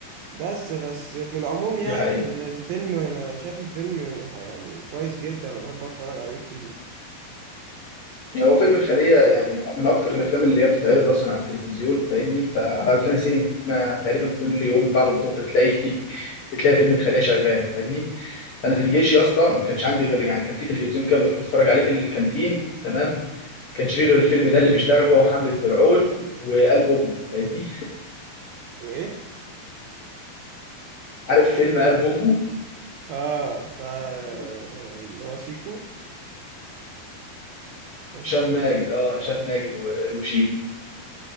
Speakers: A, on the right; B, on the left.
A: بس بس في العموم يعني
B: دي حقيقه
A: ال- الفيلم انا شايف الفيلم يعني كويس جدا انا بحب اتفرج عليه كتير
B: هو فيلم الخليه يعني من اكتر الافلام اللي هي بتتعرض اصلا على التلفزيون فاهمني فعلى روتانا سينما تقريبا كل يوم بعد الظهر تلاقي <laughs> بتلاقي فيلم الخليه شغال فاهمني انا في الجيش يا اسطى ما كانش عندي غير يعني كان في تلفزيون كده بنروح نتفرج عليه في الكانتين تمام ما كانش فيه غير الفيلم ده اللي بيشتغل هو حمله فرعون وقلب امه فاهمني
A: وايه
B: عارف فيلم قلب امه
A: اه بتاع
B: <laughs>
A: اللي هو شيكو وهشام
B: هشام ماجد
A: ماجد
B: اه هشام
A: اه
B: ماجد و- وشيب